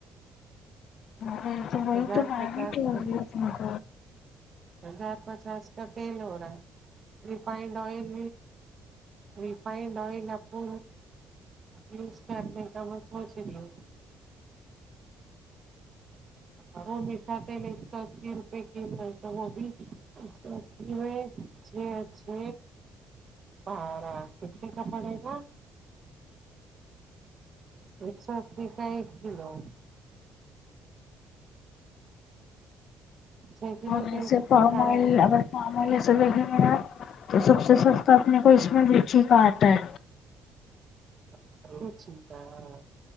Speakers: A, on the left; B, on the right.
A: ہاں <unintelligible> تو ہو
B: ہزار
A: تو
B: پچاس
A: آ تو
B: کا
A: مک
B: ہزار پچاس کا تیل ہو رہا ہے ریفانڈ آئل ریفانڈ آئل آپ کو یوز کرنے کا میں سوچ رہی ہوں اور وہ میٹھا تیل ایک سو اسی روپے کلو ہے تو وہ بھی ایک سو اسی میں ا چھ ا چھ بارہ کتنے کا پڑے گا ایک سو اسی کا ایک کلو چھ کلو
A: <inaudible>
B: تیل کتنے کا آئے گا
A: مامول سے دیکھے میرا تو سب سے سستا اپنے کو اس میں لیچی کا آتا ہے
B: اور <unintelligible>